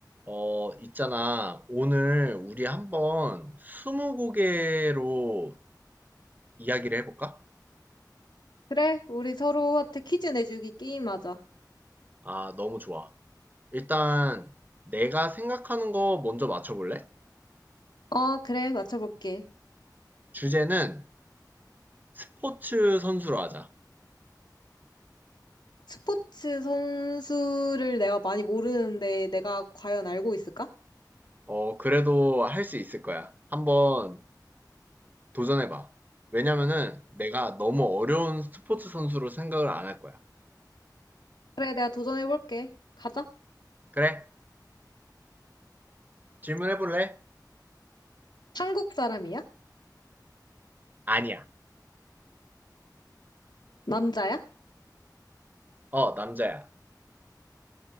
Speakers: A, on the right (about 25°); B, on the left (about 75°).
A: 어, 있잖아. 오늘 우리 한번 스무고개로 이야기를 해볼까?
B: 그래, 우리 서로한테 퀴즈 내주기 게임하자.
A: 아, 너무 좋아. 일단 내가 생각하는 거 먼저 맞춰볼래?
B: 어, 그래, 맞춰볼게.
A: 주제는 스포츠 선수로 하자.
B: 스포츠 선수를 내가 많이 모르는데 내가 과연 알고 있을까?
A: 어, 그래도 할 수 있을 거야. 한번 도전해봐. 왜냐면은 내가 너무 어려운 스포츠 선수로 생각을 안 할 거야.
B: 그래, 내가 도전해볼게. 가자.
A: 그래? 질문해볼래?
B: 한국 사람이야?
A: 아니야.
B: 남자야?
A: 어, 남자야.